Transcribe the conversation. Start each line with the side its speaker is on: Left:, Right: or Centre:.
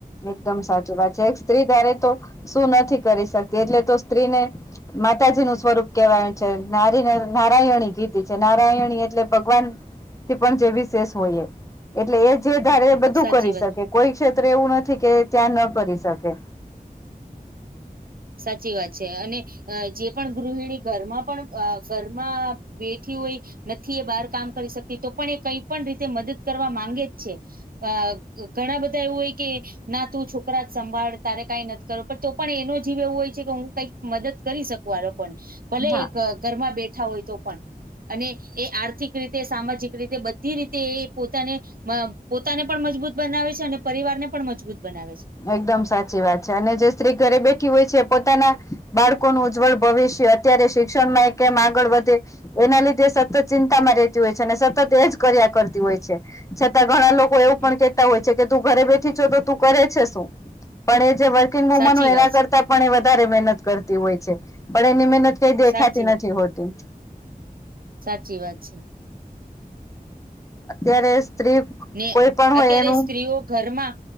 Left: એકદમ સાચું વાત છે, એક સ્ત્રી ધારે તો શું નથી કરી શકતી એટલે તો સ્ત્રીને માતાજી નું સ્વરૂપ કેહેવાય છે, નારી નારાયણી કીધી છે, નારાયણી એટલે ભગવાન થી પણ જે વીસેસ હોય એ એટલે એ જે ધારે એ બધું
Right: સાચી
Left: કરી
Right: વાત
Left: શકે કોઈ ક્ષેત્ર એવું નથી કે ત્યાં ન કરી શકે
Right: સાચી વાત છે, અને અ જે પણ ગૃહિણી ઘરમાં પણ અ ઘરમાં બેઠી હોય નથી એ બહાર કામ કરી શકતી તો પણ એ કઈ પણ રીતે મદદ કરવા માંગે જ છે. આ ઘણા બધા એવું હોય કે ના તું છોકરા જ સંભાળ તારે કાઈ નથી કરો પણ તો પણ એનો જ જીવ એવું હોય છે, કે હું કઈક મદદ કરી શકું આ લોકોને ભલે
Left: હા
Right: એક ઘરમાં બેઠા હોય તો પણ અને એ આર્થિક રીતે સામાજિક રીતે બધી રીતે એ પોતાને મા પોતાને પણ મજબૂત બનાવે છે, અને પરિવાર ને પણ મજબૂત બનાવે છે.
Left: એકદમ સાચી વાત છે, અને જે સ્ત્રી ઘરે બેઠી હોય છે પોતાના બાળકોનું ઉજ્જવળ ભવિષ્ય અત્યારે શિક્ષણમાં એ કેમ આગળ વધે એના લીધે સતત ચિંતામાં રહેતી હોય છે, અને સતત એ જ કર્યા કરતી હોય છે, છતાં ઘણા લો કો એવું
Right: છે
Left: પણ કેતા હોય છે, કે તું ઘરે બેઠી છો તો તું કરે છે, શું પણ એ જે વુ
Right: સાચી
Left: એના
Right: વાત
Left: કરતા
Right: છે
Left: પણ વધારે મનત કરતી હોય છે પણ એની મ કઈ દેખાતી
Right: સાચી વાત
Left: નથી હોતી
Right: સાચી વાત છે
Left: અત્યારે સ્ત્રી
Right: ને
Left: કોઈ પણ
Right: અત્યારે
Left: હોય એનું
Right: સ્ત્રીઓ ઘરમાં